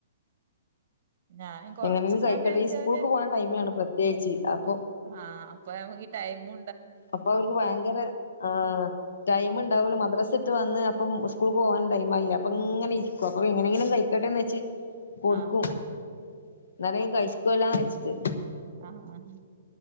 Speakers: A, on the right (about 50°); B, on the left (about 80°).
A: ഞാനും കൊറച്ച്
B: എങ്ങനെയെങ്കിലും കഴിക്കട്ടെ
A: സമയൊക്കെ
B: ഈ സ്കൂൾക്ക്
A: അവര്
B: പോന്ന ടൈമിലാണ് പ്രത്യേകിച്ച് അപ്പൊ
A: ആഹ് അപ്പൊ നമക്ക് ടൈമു
B: അപ്പൊ ഒല്ക് അവർക്ക് ഭയങ്കര ആഹ് ടൈം ഇണ്ടാവുല മദ്രാസ് വിട്ട് വന്ന് അപ്പം സ്കൂൾക്ക് പോകാൻ ടൈം ആയില്ല അപ്പ ഇങ്ങനെ ഇരിക്കും അപ്പൊ എങ്ങനെങ്കിലും കഴി ക്കട്ടെന്ന് വെച്ച് കൊടുക്കും
A: ആഹ്
B: ഇന്നാലെങ്കി കഴക്കുവല്ലോന്ന് വെച്ചിട്ട്
A: ആഹ് ആഹ്